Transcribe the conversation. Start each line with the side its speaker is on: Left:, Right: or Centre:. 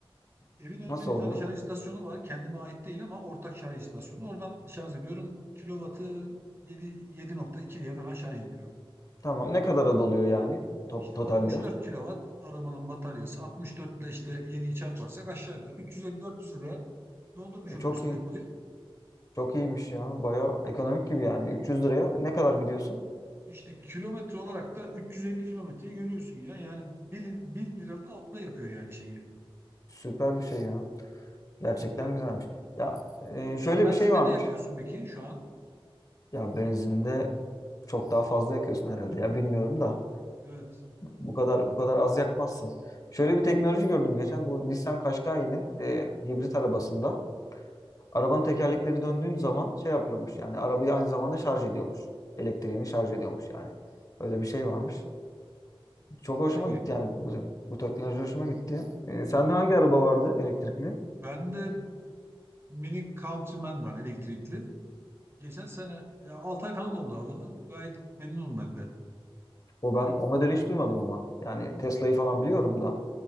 Right: Evin önünde
Left: Nasıl
Right: bir
Left: oluyor?
Right: tane şarj istasyonu var. Kendime ait değil ama ortak şarj istasyonu. Oradan şarj ediyorum. Kilovatı 7, 7.2 diye falan şarj ediyorum.
Left: Tamam. Ne kadara doluyor yani top,
Right: İşte
Left: totalde?
Right: 64 kilovat arabanın bataryası. 64 ile işte 7'yi çarparsak aşağı yukarı 350-400 liraya doldurmuş
Left: E,
Right: oluyorsun
Left: çok iyi.
Right: depoyu.
Left: Çok iyiymiş ya. Baya ekonomik gibi yani. 300 liraya ne kadar gidiyorsun?
Right: İşte kilometre olarak da 350 kilometreyi görüyorsun ya. Yani 1, 1 liranın altında yakıyor yani şeyi.
Left: Süper bir şey ya. Gerçekten
Right: Ya
Left: güzelmiş. Ya e,
Right: sen
Left: şöyle
Right: benzinde
Left: bir şey varmış.
Right: ne yakıyorsun peki şu an?
Left: Ya benzinde çok daha fazla yakıyorsun herhalde ya. Bilmiyorum da.
Right: Evet.
Left: Bu kadar bu kadar az yakmazsın. Şöyle bir teknoloji gördüm geçen bu Nissan Qashqai'nin e, hibrit arabasında arabanın tekerlekleri döndüğün zaman şey yapıyormuş yani arabayı aynı zamanda şarj ediyormuş. Elektriğini şarj ediyormuş yani. Öyle bir şey varmış. Çok
Right: O
Left: hoşuma
Right: da iyi.
Left: gitti yani bu, bu teknoloji hoşuma gitti. E, sende hangi araba vardı elektrikli?
Right: Bende mini Countryman var elektrikli. Geçen sene ya 6 ay falan oldu alalı. Gayet memnunum ben de.
Left: O ben o modeli hiç duymadım ama. Yani Tesla'yı falan biliyorum da.